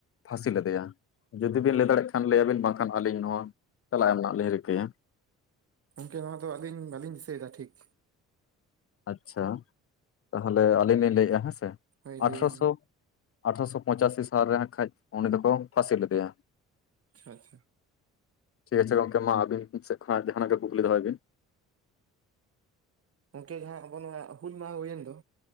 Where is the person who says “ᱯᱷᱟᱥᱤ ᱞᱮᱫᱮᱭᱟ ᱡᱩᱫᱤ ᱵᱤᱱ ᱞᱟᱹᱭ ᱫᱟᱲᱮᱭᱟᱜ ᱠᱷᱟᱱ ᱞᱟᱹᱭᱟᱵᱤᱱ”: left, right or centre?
Left